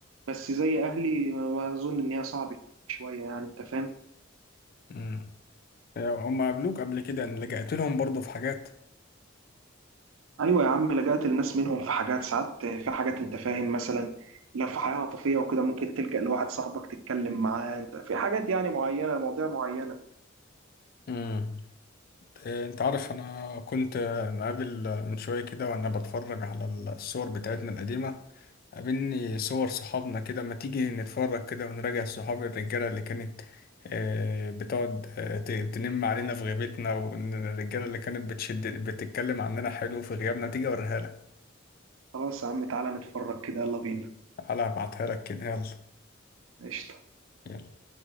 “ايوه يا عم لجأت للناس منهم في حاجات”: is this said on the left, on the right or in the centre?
Right